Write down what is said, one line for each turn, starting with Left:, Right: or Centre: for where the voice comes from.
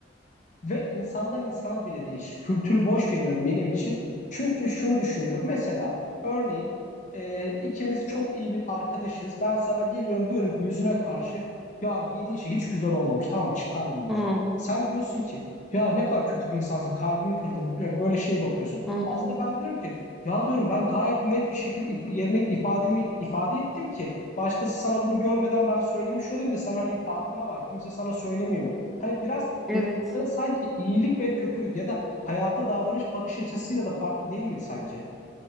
Left: Ve insandan insana bile değişir. Kültürü boş veriyorum benim için. Çünkü şunu düşünüyorum. Mesela örneğin e, ikimiz çok iyi bir arkadaşız. Ben sana geliyorum diyorum ki yüzüne karşı ya yediğin şey hiç güzel olmamış tamam mı çıkar bunu diyorum.
Centre: Hmm,
Left: Sen diyorsun ki ya ne kadar kötü bir insansın kalbimi kırdın Ya böyle şeye bakıyorsun.
Centre: Hı hı.
Left: Aslında ben diyorum ki ya diyorum ben gayet net bir şekilde if- yerine ifademi ifade ettim ki başkası sana bunu görmeden ben söylemiş olayım da sen hani farkına var. Kimse sana söylemiyor. bu. Hani biraz
Centre: Evet.
Left: insanlara sanki iyilik ve kötülük ya da hayata davranış bakış açısıyla da farklı değil mi sence?